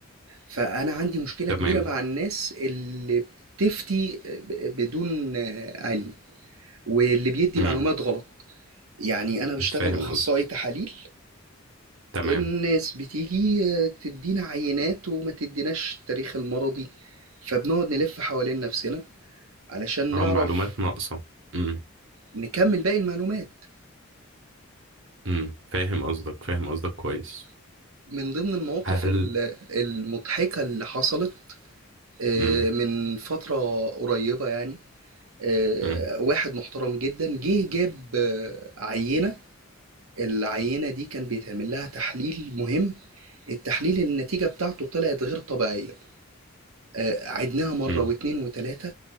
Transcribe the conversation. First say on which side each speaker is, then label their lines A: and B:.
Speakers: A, on the right; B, on the right.
A: فأنا عندي مشكلة
B: تمام
A: كبيرة مع الناس اللي بتفتي ب- بدون آه، علم واللي بيدي
B: امم
A: معلومات غلط يعني أنا بشتغل
B: فاهم
A: أخصائي
B: قصدك
A: تحاليل
B: تمام
A: الناس بتيجي آه، تدينا عينات وما تديناش التاريخ المرضي فبنقعد نلف حوالين نفسنا علشان
B: اه
A: نعرف
B: معلومات ناقصة مم.
A: نكمل باقي المعلومات.
B: امم فاهم قصدك فاهم قصدك كويس
A: من ضمن المواقف
B: هل
A: ال المضحكة اللي حصلت آآ،
B: امم
A: من فترة قريبة يعني آآ،
B: امم
A: واحد محترم جدًا جه جاب آه، عينة، العينة دي كان بيتعمل لها تحليل مهم، التحليل النتيجة بتاعته طلعت غير طبيعية، آآ، عِدناها مرة
B: امم
A: و2 و3